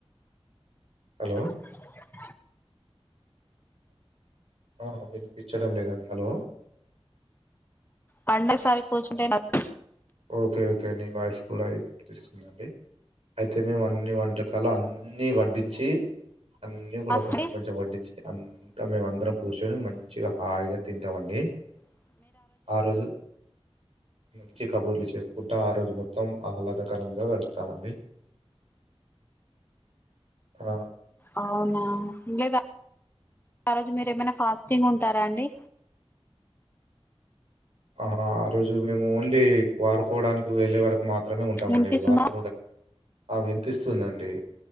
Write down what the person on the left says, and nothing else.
<inaudible>
పండే సారి కూచుంటే అద్
ఫాస్ట్
అవునా ఇంకేం స ఆ రోజు మీరు ఏమన్నా ఫాస్ టింగ్ ఉంటారా అండి
వినిపిస్తుందా